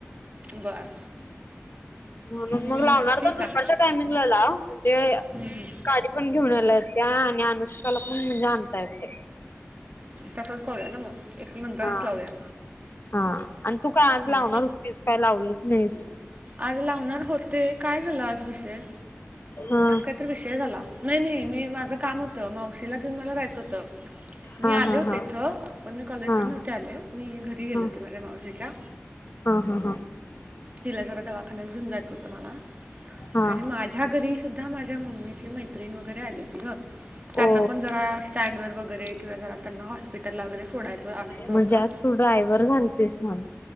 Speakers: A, on the right; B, on the left.
A: बरं
B: म्हणून
A: हं,
B: मग लावणार
A: ठीक
B: तर दुपारच्या
A: आहे
B: टायमिंगला लाव म्हणजे
A: हं, हं.
B: गाडी पण घेऊन यायला येते आणि अनुष्काला पण म्हणजे आणता येते.
A: तसच करूया ना मग. एक नंतरच
B: हा
A: लावूया.
B: हा आणि तू काय आज
A: हं.
B: लावणार होतीस, काय लावलीच नाहीस.
A: आज लावणार होते, काय झालं आज विषय?
B: हा
A: आज काही तर विषय झाला. नाही नाही, मी, माझं काम होतं. मावशीला घेऊन मला जायचं होतं.
B: हा
A: मी आले
B: हा
A: होते
B: हा
A: इथं. पण मी कॉलेज
B: हा
A: वर नव्हते आले, मी घरी गेले
B: हा
A: होते माझ्या मावशीच्या.
B: हा हा हा.
A: तिला जरा दवाखान्याला घेऊन जायचं होतं मला.
B: हा
A: आणि माझ्या घरी सुद्धा माझ्या मम्मीची मैत्रिण वगैरे आली होती गं. त्यांना
B: ओ
A: पण जरा स्टँड वर वगैरे किंवा जरा त्यांना हॉस्पिटलला वगैरे सोडायचं आणायचं
B: म्हणजे
A: होतं.
B: आज तू ड्रायव्हर झालतीस म्हण